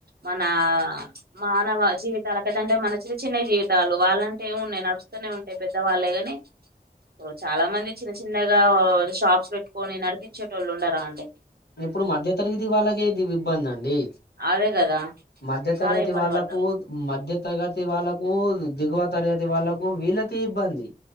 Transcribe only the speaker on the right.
మన మానవ జీవితాలకయితే అంటే మన చిన్న చిన్నయ్ జీవితాలు వాళ్ళంటే ఏం ఉన్నయి నడుస్తూనే ఉంటాయి పెద్దవాళ్ళయ్ గని చాలా మంది చిన్న చిన్నగా షాప్స్ పెట్టుకొని నడిపించేటోళ్ళు ఉండారాండి
అదే కదా
చాలా
ఇబ్బంది
పడతారు